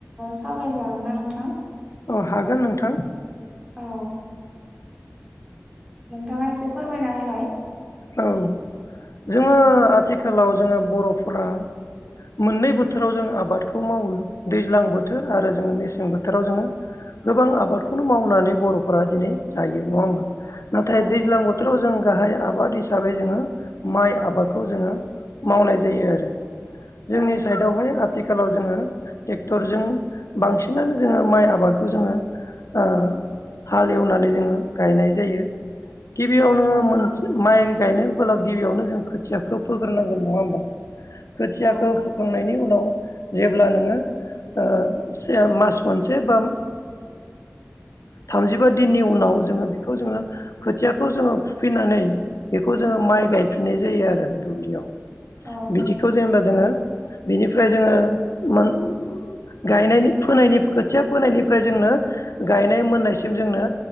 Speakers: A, on the right; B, on the left.
A: सावरायजागोन ना नोंथां
B: औ हागोन नोंथां
A: औ नोंथाङा एसे फोरमायना होलाय
B: औ जोङो
A: औ
B: आथिखालाव जोङो बर'फोरा मोननै बोथ थोराव जों आबादखौ मावो दैज्लां बोथोर आरो जोङो मेसें बोथोराव जोङो गोबां आबादखौनो मावनानै बर'फोरा दिनै जायो नङा होमबा? नाथाय
A: औ
B: दैज्लां बोथोराव जों गाहाय आबाद हिसाबै जोङो माइ आबादखौ जोङो मावनाय जायो आरो। जोंनि
A: औ
B: साइडआवहाय आथिखालाव जोङो ट्रेक्टरजों बांसिनानो जोङो माइ आबादखौ जोङो ओ हाल एवनानै जोङो गायनाय जायो। गिबियाव नोङो
A: औ
B: मोनसे माइ गायनोबोला गिबियावनो जों खोथियाखौ फोग्रोनांगोन नङा होमबा? खोथियाखौ
A: औ
B: फोखांनायनि उनाव जेब्ला नोङो ओ से मास मोनसे बा थामजिबा दिननि उनाव जोङो बेखौ जोङो खोथियाखौ जोङो फुफैनानै बेखौ जोङो
A: औ
B: माइ गायफिननाय जायो आरो दुब्लियाव।
A: औ
B: बिदिखौ जेनेबा जोङो बिनिफ्राय जोङो मोन गायनायनि फोनायनि खोथिया फोनायनिफ्राय जोंनो गायनाय मोननायसिम जोंनो